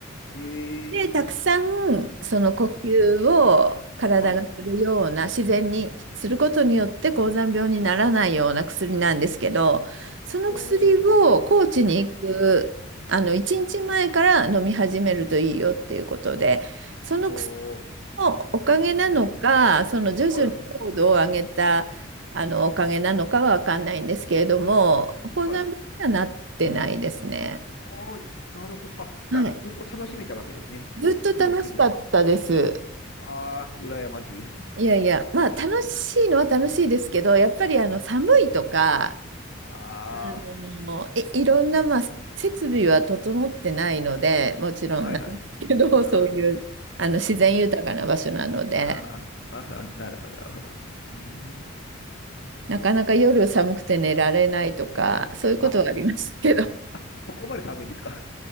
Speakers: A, on the left; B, on the right.
A: へえ、
B: で、たくさんその呼吸を体がするような自然にすることによって高山病にならないような薬なんですけど、
A: うん、はい、は、
B: その薬を高知に行くあの1日前から飲み始めるといいよっていうことで、
A: ははい。
B: その薬
A: おー、
B: のおかげなのか、
A: お、
B: その徐々に高度を上げたあのおかげなのかはわかんないんですけれども、
A: はい。あ、
B: 高山病にはなってないですね。
A: はい。あー、なるほど。あ、そしたらずっと楽しめたわけですね。
B: はい。ずっと楽しかったです。
A: 病気も。ああ、羨ましい。
B: いやいや、まあ楽しいのは楽しいですけど、やっぱりあの寒いとか、
A: <laughs> あ
B: あのい、いろんな、まあ、設備は整ってないので、もちろんなんですけど、
A: あ、はいはい。あー
B: <laughs> そういうあの自然豊かな場所なので、
A: あ、あーあー、なるほど、なるほど。うーん。
B: なかなか夜寒くて寝られないとか、そういうことはありましたけど。
A: あ、そ、
B: <laughs>
A: あ、そこまで寒いんですか。